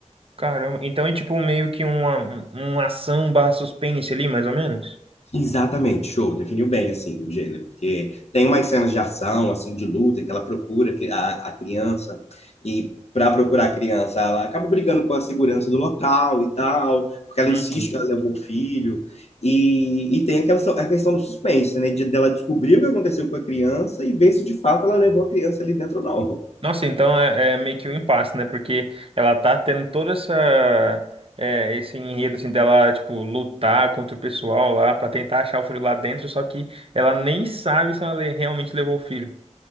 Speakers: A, on the right; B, on the left.
A: caramba. Então é tipo meio que uma, um- uma ação barra suspense ali, mais ou menos?
B: Exatamente, show, definiu bem assim o gênero, porque tem umas cenas de ação, assim, de luta, que ela procura que- a, a criança, e para procurar a criança, ela acaba brigando com a segurança do local e tal, porque ela
A: Hum.
B: insiste que ela levou o filho, e, e tem aquela so- a questão do suspense, né, de dela descobrir o que aconteceu com a criança e ver se de fato ela levou a criança ali dentro ou não.
A: Nossa, então é, é meio que um impasse, né? Porque ela tá tendo toda essa... é, esse enredo, assim, dela, tipo, lutar contra o pessoal lá pra tentar achar o filho lá dentro, só que ela nem sabe se ela le- realmente levou o filho.